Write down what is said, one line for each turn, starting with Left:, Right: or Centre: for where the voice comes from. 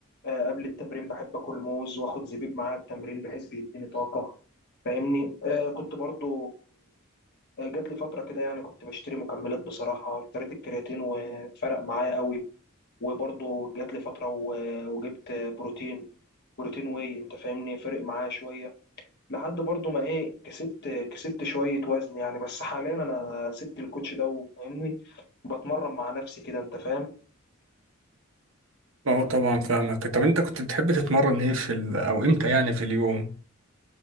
Left: آه، قبل التمرين بحب اكل موز واخد زبيب معايا التمرين بحيث بيديني طاقه فاهمني آه، كنت برضه آه، جات لي فتره كده يعني كنت بشتري مكملات بصراحه اشتريت الكرياتين وفرق معايا قوي وبرضه جات لي فتره و- وجبت بروتين بروتين واي انت فاهمني فرق معايا شويه لحد برضه ما ايه كسبت كسبت شويه وزن يعني بس حاليا انا سبت الكوتش ده وفاهمني بتمرن مع نفسي كده انت فاهم
Right: اه طبعا فاهمك طب أنت كنت بتحب تتمرن إيه في ال... أو إمتى يعني في اليوم